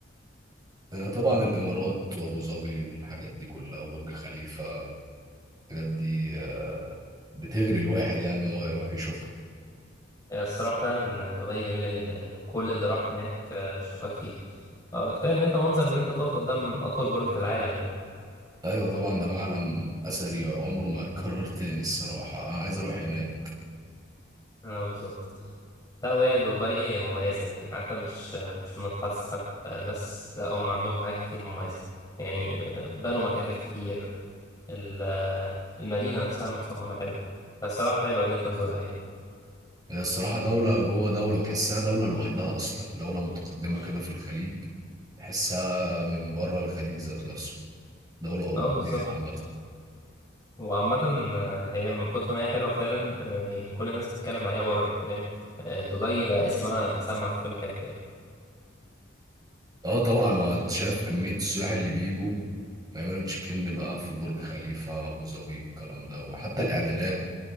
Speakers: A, on the right; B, on the left.
A: آه، طبعا الامارات وابو ظبي والحاجات دي كلها وبرج خليفه الحاجات دي آه، بتغري الواحد يعني ان هو يروح يشوفها
B: آه، الصراحة فعلا دبي جميلة جدا يعني كل اللي راح هناك آه، شكر فيها آه، كفاية ان انت منظر ان انت تقف قدام أطول برج في العالم يعني
A: ايوه طبعا ده معلم اثري عمره ما يتكرر تاني الصراحه انا عايز اروح هناك
B: اه بالظبط لا وهي دبي مميزة يعني حتى مش مش منطقة تسحب بس لا هم عندهم حاجات كتير مميزة يعني بنوا متاحف كتير ال- المدينة نفسها متصممة حلو فالصراحة حلوة إن أنت تزورها يعني
A: هي الصراحه دوله جوه دوله وتحسها دوله لوحدها اصلا دوله متقدمه كده في الخليج تحسها من بره الخليج ذات نفسه دوله اوروبيه
B: اه بالظبط
A: عامه
B: وعامة هي من كتر ما هي حلوة فعلا يعني كل الناس بتتكلم عليها بره فاهم دبي بقى اسمها مسمع في كل حتة
A: اه طبعا ما انت شايف كمية السياح اللي بيجوا بيعملوا تشيك ان بقى في برج خليفة ابو ظبي والكلام ده وحتى الاعلانات